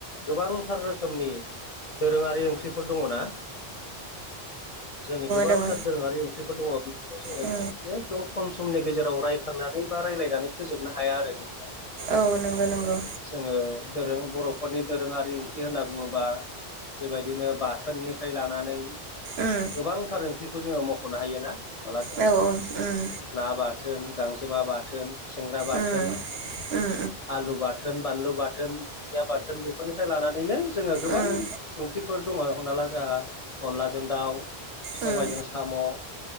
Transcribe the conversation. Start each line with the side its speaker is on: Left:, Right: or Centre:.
Left: गोबांथार रोखोमनि दोरोङारि ओंख्रिफोर दङ'ना। जोंनि गोबांथार
Right: दङ
Left: दोरोङारि ओंख्रिफोर दङ' बेफोरखौ जोङो
Right: उम
Left: एकदम खम समनि गेजेराव रायखांनानै बा रायलायनानै फोजोबनो हाया आरो जों दा
Right: औ नंगौ नंगौ
Left: जोङो दोरों बर'फोरनि दोरोङारि ओंख्रि होनना बुङोबा बेबायदिनो बाथोननिफ्राय लानानै
Right: उम
Left: गोबांथार ओंख्रिखौ जोङो मख'नो हायो ना हमना ला जोङो।
Right: औ उम उम
Left: ना बाथोन गांजेमा बाथोन खुसेंग्रा बाथोन
Right: उम उम
Left: आलु बाथोन बानलु बाथोन दुन्दिया बाथोन बेफोरनिफ्राय लानानैनो जोङो गोबां
Right: उम
Left: ओंख्रिफोर दङ' हमना ला जोंहा अनलाजों दाउ सबायजों
Right: उम
Left: साम'